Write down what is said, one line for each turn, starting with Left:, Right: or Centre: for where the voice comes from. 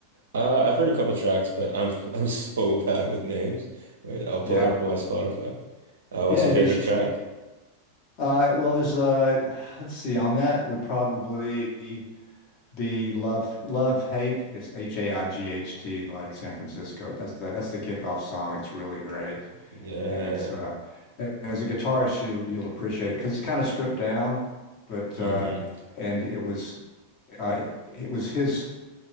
Right: Uh, I've heard a couple tracks, but I'm <laughs> I'm so bad with names. Wait, I'll pull
Left: Yeah.
Right: it up on my Spotify. Uh, what's
Left: Yeah.
Right: your favorite
Left: You should.
Right: track?
Left: Uh, well, there's uh, let's see. On that would probably. The love love hate. It's H A I G H T, like San Francisco. That's the that's the kickoff song. It's really great,
Right: Yeah.
Left: and it's uh, and as a guitarist, you you'll appreciate it because it's kind of stripped down, but
Right: hmm
Left: uh, and it was uh, it was his